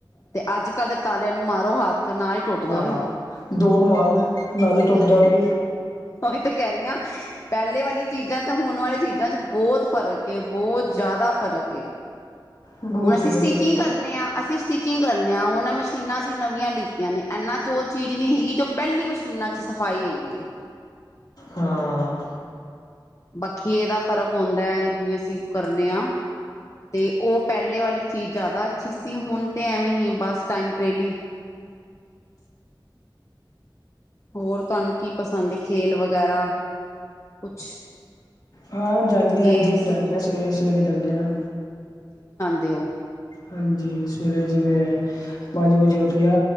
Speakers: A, on the left; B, on the left.
A: ਤੇ ਅੱਜ ਕੱਲ੍ਹ ਦੇ ਤਾਲਿਆਂ ਨੂੰ ਮਾਰੋ ਹੱਥ ਨਾਲ ਹੀ ਟੁੱਟ ਜਾਵੇ।
B: ਹਾਂ ਦੋ ਮਾਰੋ ਨਾਲ ਟੁੱਟ ਜਾਣਗੇ।
A: ਉਹੀ ਤੇ ਕਹਿ ਰਹੀ ਹਾਂ ਪਹਿਲੇ ਵਾਲੀ ਚੀਜ਼ਾਂ ਤੇ ਹੁਣ ਵਾਲੀ ਚੀਜ਼ਾਂ ਚ ਬਹੁਤ ਫ਼ਰਕ ਬਹੁਤ ਜ਼ਿਆਦਾ ਫ਼ਰਕ।
B: ਬਹੁਤ
A: ਹੁਣ ਅਸੀਂ
B: ਜ਼ਿਆਦਾ
A: ਸਟਿਚਿੰਗ
B: ਫ਼ਰਕ
A: ਕਰਨੇ ਹਾਂ ਅਸੀਂ। ਸਟਿਚਿੰਗ ਕਰਨੇ ਆ ਹੁਨ ਏ ਮਸ਼ੀਨਾਂ ਅਸੀਂ ਨਵੀਆਂ ਲਿੱਤੀਆਂ ਨੇ ਇਹਨਾਂ ਚ ਉਹ ਚੀਜ਼ ਨਹੀ ਹੈਗੀ ਜੋ ਪਹਿਲੀ ਮਸ਼ੀਨਾਂ ਚ ਸੀ। ਸਫ਼ਾਈ ਹੈਗੀ ਏ।
B: ਹਾਂ।
A: ਬਾੱਖੀਏ ਦਾ ਫ਼ਰਕ ਆਉਂਦਾ ਹੈ ਜਿਵੇਂ ਅਸੀਂ ਕਰਨੇ ਹਾਂ ਤੇ ਉਹ। ਪਹਿਲੇ ਵਾਲੀ ਚੀਜ਼ ਜ਼ਿਆਦਾ ਅੱਛੀ ਸੀ ਹੁਣ ਤਾਂ ਐਵੇਂ ਹੀ ਬਸ ਟਾਈਮਪ੍ਰੇਲੀ। ਹੋਰ ਤੁਹਾਨੂੰ ਕੀ ਪਸੰਦ ਹੈ ਖੇਲ ਵਗੈਰਾ। ਕੁਛ
B: ਹਾਂ ਜਾਂਦੇਂ
A: ਗੇਮਸ
B: ਹਾਂ ਜਿੰਮ ਜਾਂਦੇ ਹਾਂ ਸਵੇਰੇ-ਸਵੇਰੇ ਜਾਂਦੇ ਹਾਂ।
A: ਦਿਉ।
B: ਹਾਂਜੀ ਸਵੇਰੇ ਜਿਵੇਂ ਪੰਜ ਵਜੇ ਉੱਠਿਆ